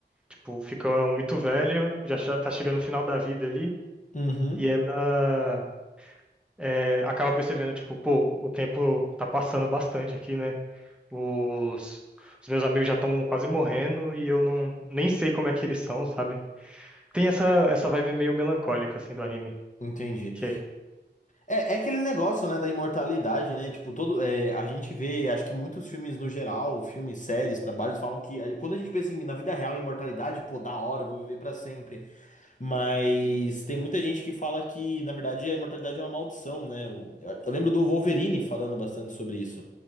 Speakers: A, in the centre; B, on the left.
A: Tipo, ficam muito velho, já já tá chegando no final da vida ali
B: Uhum,
A: e ela é, acaba percebendo, tipo, pô, o tempo tá passando bastante aqui, né? Os, os meus amigos já estão quase morrendo e eu não nem sei como é que eles são, sabe? Tem essa essa vibe meio melancólica assim do anime,
B: entendi.
A: que é,
B: É, é aquele negócio, né, da imortalidade, né? Tipo, todo, é, a gente vê, acho que muitos filmes no geral, filmes, séries, trabalhos, falam que é, quando a gente pensa em, na vida real, em imortalidade, pô, da hora, eu vou viver pra sempre. Mas tem muita gente que fala que, na verdade, a imortalidade é uma maldição, né? O- Eu, eu lembro do Wolverine falando bastante sobre isso.